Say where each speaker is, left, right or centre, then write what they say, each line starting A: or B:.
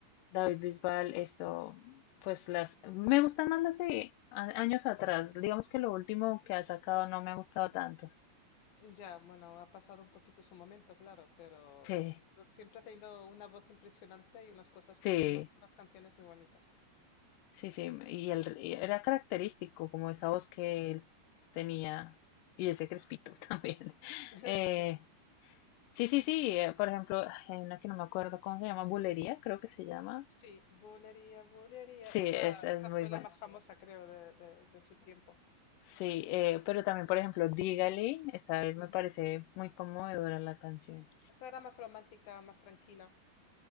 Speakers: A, on the left (about 85°); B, on the left (about 70°).
A: David Bisbal, esto, pues las, me gustan más las de a- años atrás, digamos que lo último que ha sacado no me ha gustado tanto.
B: Ya, bueno, ha pasado un poquito su momento, claro, pero,
A: Sí,
B: pero siempre ha tenido una voz impresionante y unas cosas,
A: sí.
B: unas, unas canciones muy bonitas.
A: Sí, sí, y, el, y era característico como esa voz que él tenía y ese crespito <laughs> también.
B: <laughs>
A: Eh,
B: Sí,
A: sí, sí, sí, eh, por ejemplo, ay, hay una que no me acuerdo cómo se llama, Bulería, creo que se llama.
B: sí, Bulería, Bulería.
A: Sí,
B: Esa,
A: es, es
B: esa
A: muy
B: fue
A: buena.
B: la más famosa, creo, de, de- de su tiempo.
A: Sí, eh, pero también, por ejemplo, Dígale, esa vez
B: Ujú.
A: me parece muy conmovedora la canción.
B: Esa era más romántica, más tranquila.